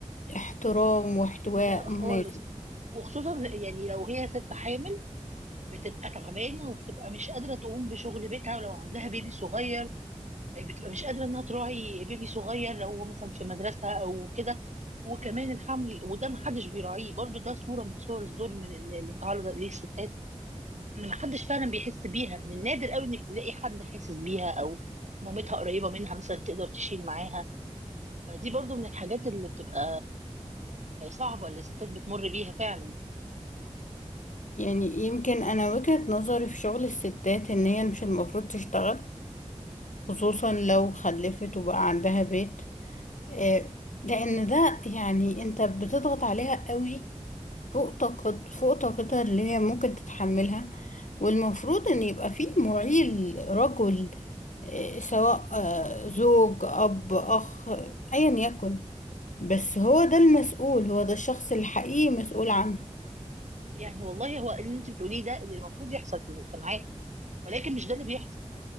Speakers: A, on the left; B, on the right.
A: احترام واحتواء
B: لا خالص
A: مناسب
B: وخصوصا يعني لو هي ست حامل بتبقى تعبانه وبتبقى مش قادره تقوم بشغل بيتها ولو عندها بيبي صغير بتبقى مش قادره انها تراعي بيبي صغير لو هو مثلا في مدرسه او كده وكمان الحمل وده محدش بيراعيه برضو ده صوره من صور الظلم اللي اللي متعرضه ليه الستات ان محدش فعلا بيحس بيها من النادر قوي انك تلاقي حد حاسس بيها او مامتها قريبه منها مثلا تقدر تشيل معاها فدي برضو من الحاجات اللي بتبقى صعبه اللي الستات بتمر بيها فعلا
A: يعني يمكن انا وجهة نظري في شغل الستات ان هي مش المفروض تشتغل خصوصا لو خلفت وبقى عندها بيت آه، لان ده يعني انت بتضغط عليها قوي فوق طاقت فوق طاقتها اللي هي ممكن تتحملها والمفروض ان يبقى في معيل رجل آه، سواء آه، زوج اب اخ ايا يكن بس هو ده المسؤول هو ده الشخص الحقيقي مسؤول عنها
B: يعني والله هو اللي انت بتقوليه ده اللي المفروض يحصل في المجتمعات ولكن مش ده اللي بيحصل